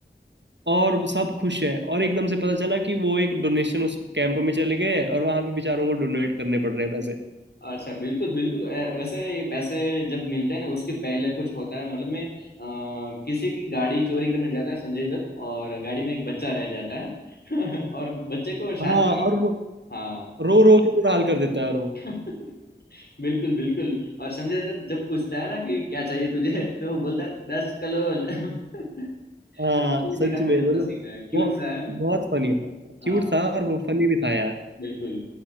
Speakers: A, on the right; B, on the left.
A: और वो सब खुश हैं और एकदम से पता चला कि वो एक डोनेशन उस कैंप में चले गए हैं और वहां पे बेचारों को डोनेट करने पड़ रहे हैं पैसे
B: अच्छा बिल्कुल बिल्कुल अ, वैसे ये पैसे जब मिलते हैं ना उसके पहले कुछ होता है मतलब मैं अ, किसी की गाड़ी चोरी करने जाता है संजय दत्त और गाड़ी में एक बच्चा रह जाता है <laughs> और बच्चे को शांत
A: हाँ
B: कर।
A: और वो
B: हाँ
A: रो रो के बुरा हाल कर देता है और वो
B: <laughs> बिल्कुल बिल्कुल और संजय दत्त जब पूछता है ना कि क्या चाहिए तुझे तो वो बोलता है दस कलोल <laughs>
A: हाँ
B: ये
A: सच
B: देखा
A: में
B: भी अच्छा
A: मतलब
B: सीन है क्यूट
A: वो
B: सा है
A: बहुत फनी था
B: हाँ
A: क्यूट था और वो फनी भी था यार
B: बिल्कुल